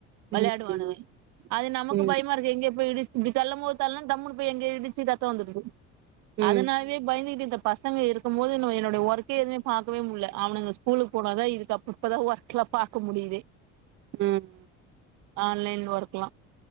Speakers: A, on the right (about 70°); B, on the right (about 40°).
A: வேளையாடுவானுவ
B: ம்
A: அது நமக்கு
B: ம்
A: பயமாருக்கு எங்யோ போய் இடிச் இப்டி தள்ளம் போது தள்னா டம்முனு போய் எங்யோ இடிச்சி ரத்தோ வந்துருது
B: ம்
A: அதனால்வே பயந்துகிட்டு இந்தப் பசங்க இருக்கும் போது நம்ம என்னுடைய ஒர்க்கே எதுமே பாக்கவே முல்ல அவனுங்க ஸ்கூலுக்கு போன தா இதுக் அப் இப்ப தா ஒர்க்லா பாக்க முடிதே
B: ம் ம்
A: ஆன் லைன் ஒர்க்லா